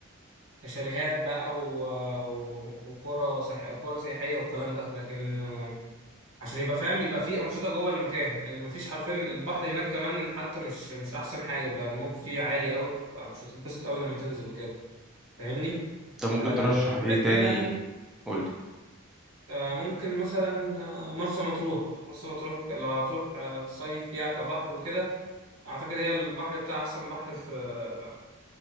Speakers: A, on the right; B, in the centre.
A: شاليهات بقى و... و- وقرى سح... قرى سياحية والكلام ده لكن آه، عشان يبقى فاهم يبقى في أنشطة جوه المكان لأن مفيش حرفيا البحر هناك كمان حتى مش مش أحسن حاجة بيبقى الموج فيه عالي قوي مش هتتبسط قوي لما تنزل وكده فاهمني؟
B: انت ممكن
A: آه
B: ترشح ايه
A: غير
B: تاني
A: كده يعني
B: قول
A: آه ممكن مثلا آه مرسى مطروح مرسى مطروح لو هتروح آه تصيف فيها كبحر وكده أعتقد هي البحر بتاع أحسن بحر في آه،